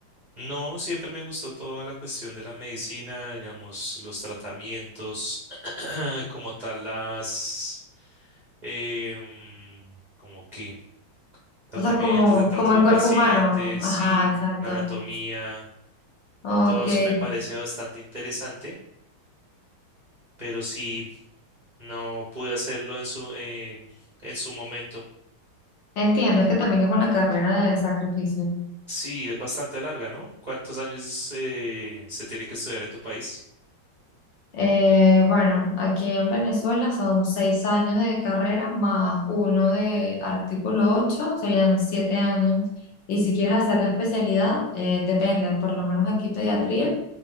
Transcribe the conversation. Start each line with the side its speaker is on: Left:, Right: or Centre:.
Right: No, siempre me gustó toda la cuestión de la medicina, digamos, los tratamientos, <clears throat> como tal las, em, como que tratamientos,
Left: O sea, como,
Right: el trato
Left: como el
Right: con
Left: cuerpo
Right: pacientes,
Left: humano. Ajá,
Right: sí,
Left: exacto.
Right: la anatomía,
Left: Ok.
Right: todo eso
Left: Eh,
Right: me parece bastante interesante, pero sí, no pude hacerlo en su, eh, en su momento.
Left: Entiendo, es que también es una carrera de sacrificio.
Right: Sí, es bastante larga, ¿no? ¿Cuántos años eh, se tiene que estudiar en tu país?
Left: Eh, bueno, aquí en Venezuela son seis años de carrera más uno de artículo ocho serían siete años. Y si quieres hacer la especialidad, eh, depende, por lo menos aquí pediatría